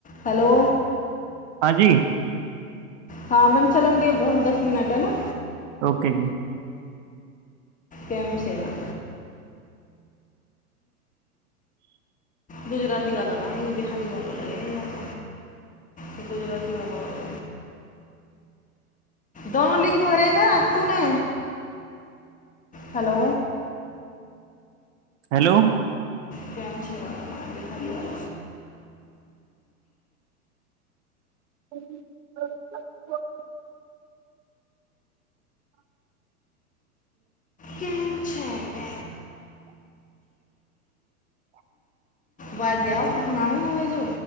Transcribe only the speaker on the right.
हँ जी
ओके जी
हेलो
ह